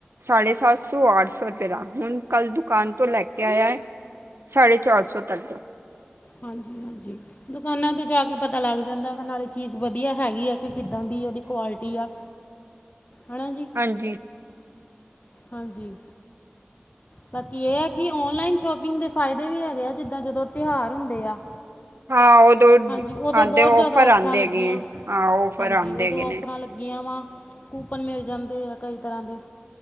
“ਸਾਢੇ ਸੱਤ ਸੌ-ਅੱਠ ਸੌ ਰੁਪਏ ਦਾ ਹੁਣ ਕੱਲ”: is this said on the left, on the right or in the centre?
Right